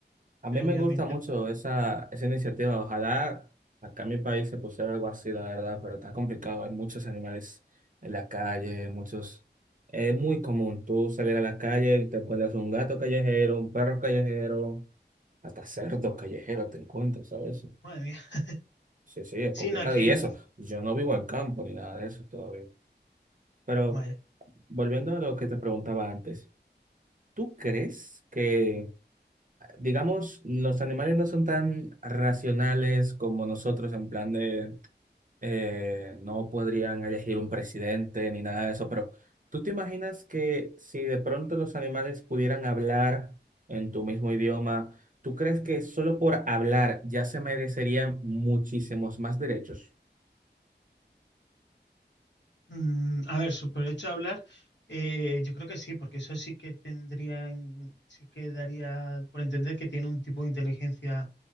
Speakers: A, on the right; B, on the left.
A: A
B: Pero
A: mí me
B: obviamente,
A: gusta mucho esa, esa iniciativa. Ojalá acá en mi país se pusiera algo así, la verdad, pero está complicado. Hay muchos animales en la calle, muchos... Es muy común tú salir a la calle y te encuentras un gato callejero, un perro callejero, hasta cerdo callejero te encuentras, ¿sabes?
B: madre mía,
A: Sí,
B: <laughs>
A: sí, es
B: si
A: complicado.
B: no aquí,
A: Y eso, yo no vivo en campo ni nada de eso todavía. Pero
B: vaya.
A: volviendo a lo que te preguntaba antes, ¿tú crees que... digamos, los animales no son tan racionales como nosotros en plan de eh, no podrían elegir un presidente ni nada de eso, pero ¿tú te imaginas que si de pronto los animales pudieran hablar en tu mismo idioma, ¿tú crees que solo por hablar ya se merecerían muchísimos más derechos?
B: Mm, a ver, so- por el hecho de hablar, eh, yo creo que sí, porque eso sí que tendría, en- sí que daría por entender que tiene un tipo de inteligencia